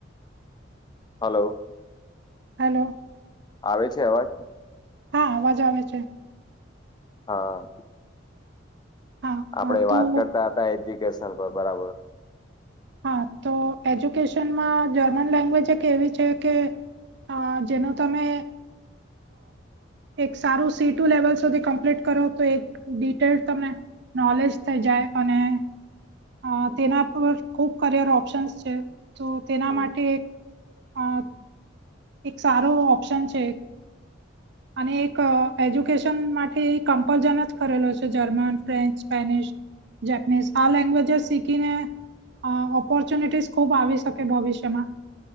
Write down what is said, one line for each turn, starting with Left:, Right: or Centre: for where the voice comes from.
Left: Hello.
Right: Hello.
Left: આવે છે, અવાજ?
Right: હા અવાજ આવે છે.
Left: હા-
Right: હા
Left: આપણે
Right: હા
Left: વાત
Right: તો
Left: કરતા હતા એજ્યુકેશન પર બરાબર-
Right: હા તો એજ્યુકેશનમાં જર્મન લેંગ્વેજ એક એવી છે, કે- હ જેનું તમે- એક સારું સી ટુ લેવલ સુધી કમ્પ્લીટ કરો તો એક ડિટેલડ તને- નોલેજ થઈ જાય અને- અ
Left: હમ
Right: તેના પર ખૂબ કરિયર ઓપ્શન્સ છે, તો તેના
Left: હમ
Right: માટે એક- અ એક સારો ઓપ્શન છે.
Left: <inaudible>
Right: અને એક એજ્યુકેશન માટે કમ્પલશન જ કરેલો છે, જર્મન, ફ્રેન્ચ, સ્પેનિશ- જપનીઝ આ લેંગ્વેજસ શીખીને- ઓપોર્ચ્યુનિટીઝ ખુબ આવી શકે ભવિષ્યમાં-